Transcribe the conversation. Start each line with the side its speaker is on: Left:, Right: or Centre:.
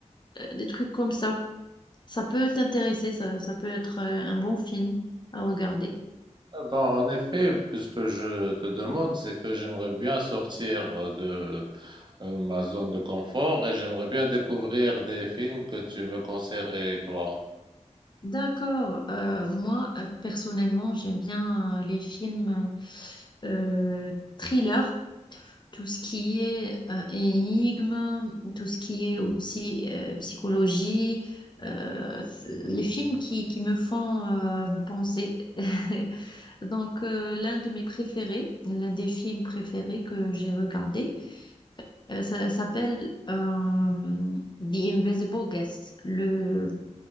Left: euh, des trucs comme ça. Ça peut t'intéresser, ça, ça peut être euh, un bon film à regarder.
Right: Ah ben, en effet, puisque je te demande, c'est que j'aimerais bien sortir euh, de euh, ma zone de confort et j'aimerais bien découvrir des films que tu me conseillerais, toi.
Left: D'accord, euh, moi euh, personnellement j'aime bien euh, les films euh, thriller, tout ce qui est euh, énigme, tout ce qui est aussi euh, psychologie, euh, c'est- les films qui, qui me font euh, penser. <laughs> Donc, euh, l'un de mes préférés, l'un des films préférés que j'ai regardé, euh, ça s'appelle euh, The Invisible Guest. Le,